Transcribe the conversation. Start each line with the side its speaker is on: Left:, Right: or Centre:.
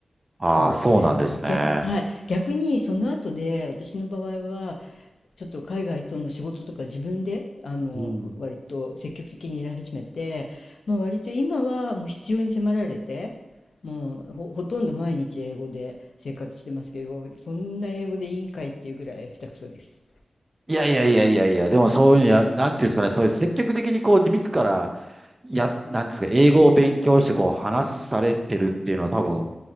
Right: ああ、
Left: うん。
Right: そうなんですね。
Left: 逆、はい。逆にその後で私の場合は、ちょっと海外との仕事とか自分であの割と積極的にやり始めて、
Right: うん。
Left: まあ、割と今はもう必要に迫られてもうほ、ほとんど毎日英語で生活してますけどこんな英語でいいんかいっていうぐらい下手くそです。
Right: いやいやいやいやいや、でもそういうや、なんていうんですかね、そういう積極的にこう、自ら、や、なんですか、英語を勉強してこう、話されてるっていうのは多分、